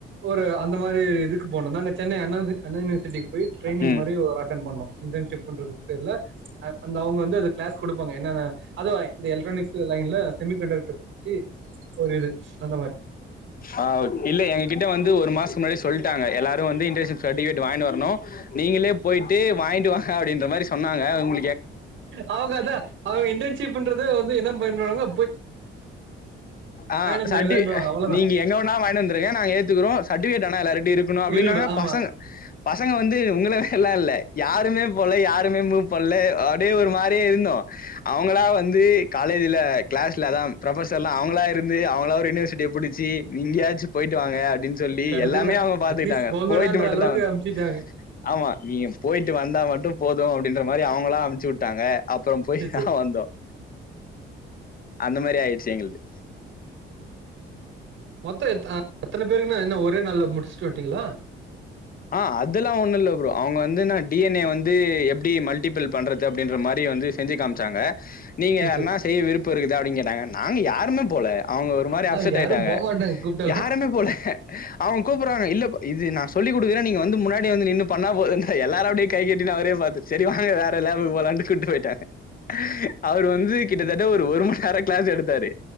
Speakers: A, on the right (about 75°); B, on the left (about 45°).
A: ஒரு அந்த மாரி எதுக்கு போனம் நாங்க சென்னை அண்ணா அண்ணா யுனிவஸ் போய் ட்ரைனிங்
B: ம்
A: மாரி அட்டன் பன்னனும் இன்டன்சிப்ன்ர பேர்ல அவுங்க வந்து கிளாஸ் கொடுப்பாங்க என்னன்ன அதுவும் இந்த எலக்டரானிக்ஸ் இந்த லைன்ல செமி கண்டக்டர் பத்தி ஒரு இது அந்த மாரி
B: ஆ இல்ல எங்க கிட்ட வந்து ஒரு மாசம் முன்னாடி சொல்லிட்டாங்க எல்லாரும் வந்து இன்டன்சிப் சர்ட்ஃபிகெட் வாய்ன்டு வரணும் நீங்களே போயிட்டு வாங்கிட்டு வாங்க அப்டின்ற மாரி சொன்னாங்க அது உங்
A: அவங்தான் அவங்க இண்டன்ஷீப்ன்றத வந்து என்ன பயன்படுறாங்க
B: ஆஹ்
A: வந்துருங்கன்றுவாங்க
B: சரி
A: அவ்ளோதா
B: நீங்க எங்க வேனா வாங்கினு வந்துருங்க நாங்க ஏத்துக்கிறோம் சர்ட்டிபிகேட் ஆனா எல்லார்ட்டயும் இருக்கணும் அப்படின்னாங்க
A: இருக்கணு ஆமா
B: பசங்க பசங்க வந்து உங்களதா எல்லாம் இல்ல யாருமே போவ்ல யாருமே மூவ் பன்னல் அப்படியே ஒரு மாரியே இருந்தோம் அவங்களா வந்து காலேஜ்ல கிளாஸ்ல தான் ப்ரொபசர்ல்லாம் அவுங்களா இருந்து அவுங்களா யூனிவர்சிட்டியை புடிச்சு இங்கயாச்சும் போயிட்டு வாங்க அப்படின்னு சொல்லி
A: கடசில
B: எல்லாமே அவங்க பாத்துக்கிட்டாங்க
A: அட்லீஸ்ட் போங்கடான்ற
B: போயிட்டு மட்டும்தான்
A: அளவுக்கு அமுச்சிட்டாங்க
B: ஆமா நீ போயிட்டு வாங்க வந்தா மட்டும் போதும் அப்படின்ற மாரி அவங்களா அமுச்சு விட்டாங்க அப்புறம் போய்
A: சேர்
B: தான்
A: சேரி
B: வந்தோம் அந்த மாரி ஆயிடுச்சு எங்களது
A: மொத்தம் எத்தனை பேருக்குன்னா என்ன ஒரே நாள் முடிச்சுட்டு வந்டீங்ளா
B: ஆஹ் அதெல்லாம் ஒண்ணும் இல்ல ப்ரோ அவங்க வந்து ந டிஎன்ஏ வந்து எப்படி மல்டிபிள் பண்றது அப்படின்ற மாரி வந்து செஞ்சு காமிச்சாங்க நீங்க
A: சேர் சேரி
B: என்னா செய்ய விருப் இருக்குதா அப்படின்னு கேட்டாங்க நாங்க யாருமே போல அவுங்க ஒரு மாரி
A: ஆ
B: அப்செட்
A: யாரு
B: ஆயிட்டாங்க
A: போமாட்டாங்க கூப்ட்டாலு
B: யாருமே போல அவுங்க கூப்பிடுறாங்க இல்ல இது நான் சொல்லி கொடுக்குற நீங்க வந்து முன்னாடி வந்துநின்னு பண்ண எல்லாரே கை கட்டி அவுரே சரி வாங்க வேற லேப்க்கு போலான்ட்டு கூட்டு போயிட் ட்ட அவர் வந்து கிட்டத்தட்ட ஒருமண்நேரம் கிளாஸ் எடுத்தாரு